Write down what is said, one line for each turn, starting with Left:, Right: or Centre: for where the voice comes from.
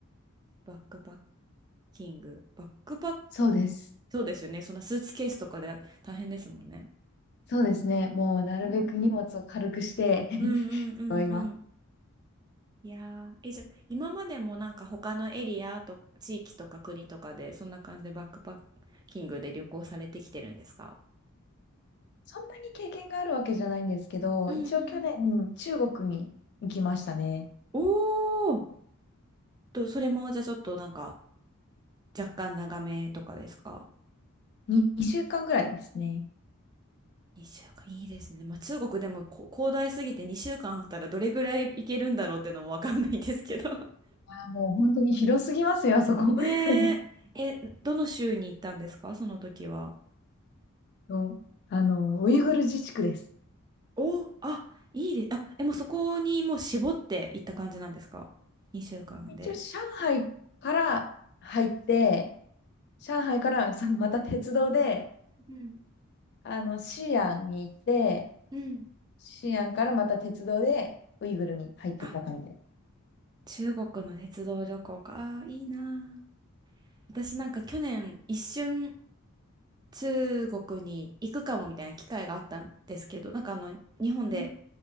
Right: バックパッキング。バックパッ、
Left: そうです。
Right: そうですよね。そんなスーツケースとかで大変ですもんね。
Left: そうですね。もうなるべく荷物を軽くして
Right: いやー
Left: <laughs>
Right: うんうんうんうん。
Left: い
Right: いやー、え、じゃあ、今までもなんか他のエリアと地域とか国とかで、そんな感じでバックパッキングで旅行されてきてるんですか
Left: そんなに経験があるわけじゃないんですけど、
Right: うんうん
Left: 一応去年中国に行きましたね。
Right: おーと、それもじゃあちょっとなんか若干長めとかですか
Left: に2週間ぐらいですね。
Right: ?2 週間、いいですね。まあ中国でもこ広大すぎて2週間あったらどれぐらい行けるんだろうってのもわかんないんですけど。
Left: あー、もう本当に広すぎますよ、あそこ。
Right: ねえ。
Left: <laughs>
Right: え、どの州に行ったんですかその時は。
Left: そうあの、ウイグル自治区です。
Right: お、あ、いいで、あ、え、もうそこにもう絞って行った感じなんですか ?2 週間で。
Left: 一応上海から入って、上海からそのまた鉄道で、
Right: うん。
Left: あの、西安に行って、
Right: うん
Left: 西安からまた鉄道でウイグルに入ってった感じです。
Right: あ、中国の鉄道旅行か。あー、いいなあ。私なんか去年一瞬中国に行くかもみたいな機会があったんですけど、なんかあの日本で
Left: うん